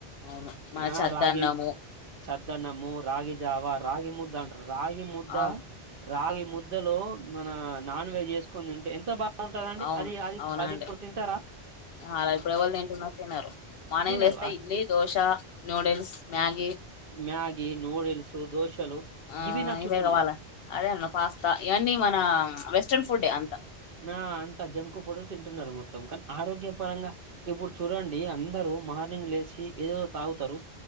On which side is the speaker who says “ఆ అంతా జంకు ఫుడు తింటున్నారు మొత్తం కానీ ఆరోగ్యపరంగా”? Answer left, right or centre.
Right